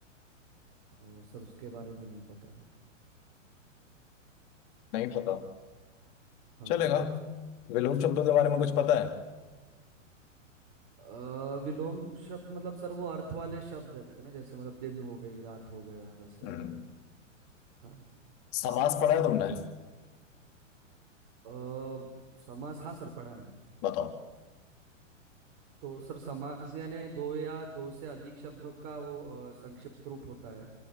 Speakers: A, on the right; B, on the left.
A: अ, सर उसके बारे में नहीं पता
B: नहीं पता
A: हाँ
B: चलेगा
A: सर
B: विलोम शब्दों के बारे में कुछ पता है
A: अ, विलोम शब्द मतलब सर वो अर्थ वाले शब्द रहते हैं ना जैसे मतलब दिन हो गई रात हो गया वैसे
B: हम्म,
A: हाँ
B: समास पढ़ा है तुमने
A: अ, समास हाँ सर पढ़ा है ना
B: बताओ
A: तो सर समास यानी दो या दो से अधिक शब्दों का वो अ, संक्षिप्त रूप होता है